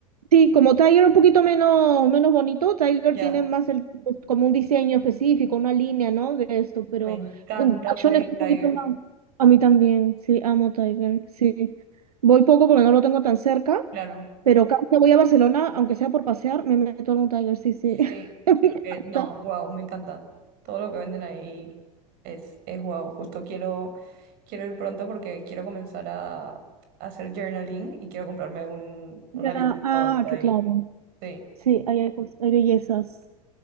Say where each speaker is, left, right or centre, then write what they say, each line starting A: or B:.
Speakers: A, on the right; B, on the right.
A: Sí, como Tiger un poquito menos, menos bonito, Tiger
B: Ya.
A: tiene más el, pues, como un diseño específico, una línea, ¿no? De esto, pero
B: Me encanta
A: um, Action
B: Flying
A: es un poquito
B: Tiger.
A: más. A mí también, sí, amo Tiger, sí. Voy poco porque no lo tengo tan cerca,
B: Claro.
A: pero cada vez que voy a Barcelona, aunque sea por pasear, me meto en un Tiger, sí, sí.
B: Sí.
A: <laughs>
B: Es
A: Me encanta.
B: que, no, wow, me encanta. Todo lo que venden ahí es, es wow. Justo quiero, quiero ir pronto porque quiero comenzar a, a hacer journaling y quiero comprarme un, una
A: Ya,
B: libreta
A: ah,
B: bonita
A: que
B: ahí.
A: claro.
B: Sí.
A: Sí, ahí hay, cos- hay bellezas.